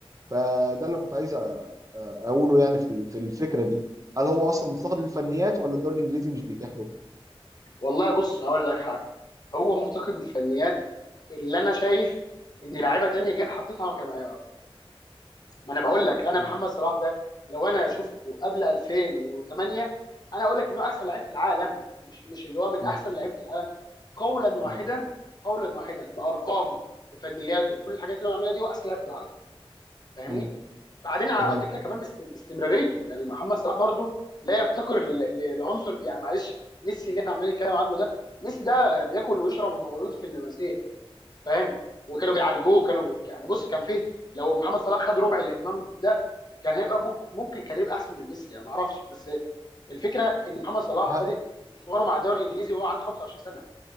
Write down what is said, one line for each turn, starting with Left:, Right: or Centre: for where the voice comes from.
Right: فده اللي كنت عايز أ- أ- اقوله يعني في ال- في الفكره دي هل هو اصلا مفتقد للفنيات ولا الدوري الانجليزي مش بيتيح له؟
Left: والله بص هقول لك حاجه هو مفتقد للفنيات اللي انا شايف ان لعيبه تانية جت حطيتها كمعيار ما انا بقول لك انا
Right: مم.
Left: محمد صلاح ده لو انا شفته قبل 2008 انا اقول لك انه احسن لعيب في العالم مش مش اللي هو من
Right: مم.
Left: احسن لعيبه العالم قولا واحدا
Right: مم.
Left: قولا واحدا بارقامه بفنياته بكل الحاجات اللي هو بيعملها دي هو احسن لعيب في العالم فاهمني
Right: مم.
Left: بعدين على
Right: تمام
Left: فكره كمان بس استمراريته يعني محمد صلاح برضو لا يفتقر ل- ل- لعنصر يعني معلش ميسي اللي احنا عمالين نتكلم عنه ده ميسي ده بياكل ويشرب ومولود في اللمسيه فاهم وكانوا بيعالجوه كانوا ب... يعني بص كان فيه لو محمد صلاح خد ربع الاهتمام ده كان هيبقى ممكن, ممكن كان يبقى احسن من ميسي يعني ما اعرفش بس الفكره ان محمد صلاح
Right: ه...
Left: بادئ مشواره مع الدوري الانجليزي وهو عنده 25 سنه